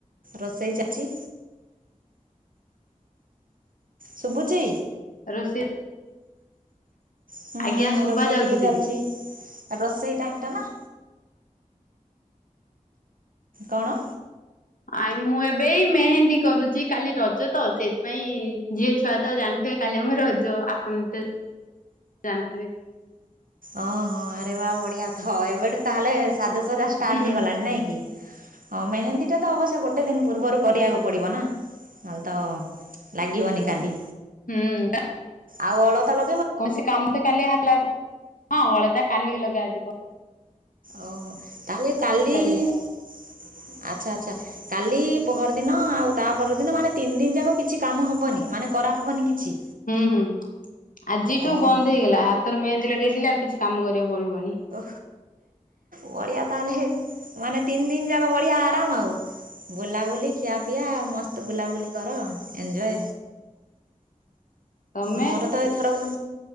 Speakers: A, on the right (about 85°); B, on the left (about 75°).
A: ରୋଷେଇ ଚାଲିଛି। ଶୁଭୁଚି?
B: ରୋଷେଇ।
A: ହୁଁ।
B: ଆଜ୍ଞା ଶୁଭା
A: ରୋଷେଇ
B: ଯାଉଛି
A: ଟିକେ
B: ଦିଦି।
A: ଚାଲିଛି। ଆ ରୋଷେଇ ଟାଇମ ଟା ନା। କଣ?
B: ଆ ମୁଁ ଏବେ ମେହେନ୍ଦୀ କରୁଛି। କାଲି ରଜ ତ ସେଇଥିପାଇଁ ଝିଅ ଛୁଆ ତ ଜାଣିଥିବ। କାଲି ଆମ ରଜ ଆପଣ ତ ଜାଣିଥିବେ।
A: ଓ ହୋ ଆରେ ବା ବଢିଆ ତ। ଏବେଠୁ ତାହେଲେ ସାଜସଜା ଷ୍ଟାର୍ଟ
B: ହୁଁ ହୁଁ।
A: ହେଇଗଲାଣି ନାଇଁ କି। ହଁ। ମେହେନ୍ଦୀ ଟା ତ ଅବଶ୍ୟ ଗୋଟେ ଦିନ ପୂର୍ବରୁ କରିବାକୁ ପଡିବ ନା। ନହେଲେ ତ ଲାଗିବନି କାଲି।
B: ହୁଁ।
A: ଆଉ ଅଳତା ଲ।
B: କୌଣସି କାମ ତ କାଲି ହଲା ଅଳତା କାଲି ଲଗା ଯିବ।
A: ଓହୋ ତାହେଲେ କାଲି
B: ପିନ୍ଧା
A: ଆଚ୍ଛା
B: ହବ।
A: ଆଚ୍ଛା କାଲି। ପହର ଦିନ ଆଉ ତା ପର ଦିନ ମାନେ ତିନି ଦିନ ଯାକ କିଛି କାମ ହବନି। ମାନେ କରାହବନି କିଛି।
B: ହୁଁ-ହୁଁ । ଆଜିଠୁ
A: ଓହୋ
B: ବନ୍ଦ ହେଇଗଲା। ହାତରେ ମେହେନ୍ଦୀ ଲଗେଇଦିଲେ ଆଉ କିଛି କାମ କରିବାକୁ ପଡିବନି।
A: ଓ ବଢ଼ିଆ ତାହେଲେ। ମାନେ ତିନି ଦିନ ଯାକ ବଢିଆ ଆରାମ ଆଉ। ବୁଲାବୁଲି। ଖିଆ ପିଆ ମସ୍ତ ବୁଲାବୁଲି କର ଏଞ୍ଜୟ।
B: ତମେ
A: ମୋର ତ ଏଥର କ।